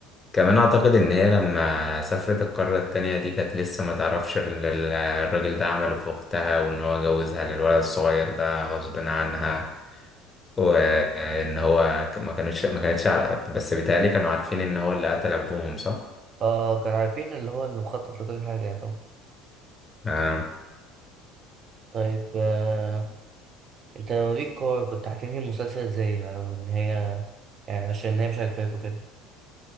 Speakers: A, on the left; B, on the right.
A: كمان أعتقد إن هي لما سافرت القارة التانية دي كانت لسه ما تعرفش ال- ال- الراجل ده عمله في أختها وإن هو جوزها للولد الصغير ده غصب عنها وإن هو ك- ما كانوش ما كانتش عارفة بس بيتهيألي كانوا عارفين إن هو اللي قتل أبوهم صح؟
B: اه كانوا عارفين اللي هو اللي مخطط لكل حاجه يعني طبعا
A: آه.
B: طيب آه، انت لو ليك كور كنت هتنهي المسلسل ازاي او ان هي يعني عشان هي مش عاجباك وكده